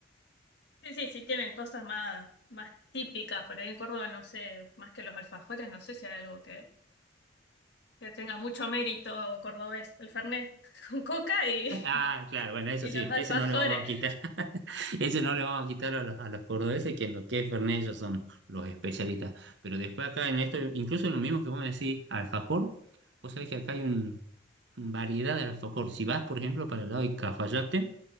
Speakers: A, on the left; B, on the right.
A: Sí, sí, sí tienen cosas más, más típicas. Por ahí en Córdoba, no sé, más que los alfajores, no sé si hay algo que, que tenga mucho mérito cordobés. El fernet <laughs> con coca y,
B: Ah, claro, bueno, eso
A: y
B: sí,
A: los alfajores.
B: ese no le vamos a quitar, <laughs> ese no le vamos a quitar a los, a los cordobeses, que en lo que es Fernet ellos son los especialistas. Pero después acá en esto, incluso en lo mismo que vos me decís, alfajor, vos sabés que acá hay un, un variedad de alfajor. Si vas, por ejemplo, para el lado de Cafayate,